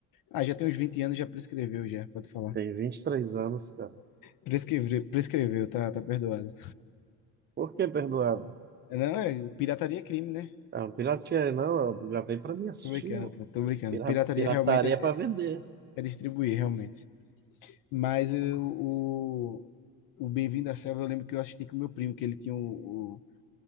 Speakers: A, on the left; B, on the right.
A: Ah, já tem uns 20 anos, já prescreveu, já, pode falar.
B: Tem 23 anos, cara.
A: Prescreveu, prescreveu, tá, tá perdoado.
B: Por que perdoado?
A: Não, é, pirataria é crime, né?
B: Ah, não pirateei, não. Eu gravei pra mim assistir.
A: Tô brincando, pô, tô brincando.
B: Pira-
A: Pirataria
B: Pirataria
A: realmente é, é-
B: é pra vender.
A: é distribuir, realmente. Mas eu- o, o Bem-vindo à Selva, eu lembro que eu assisti com meu primo, que ele tinha o,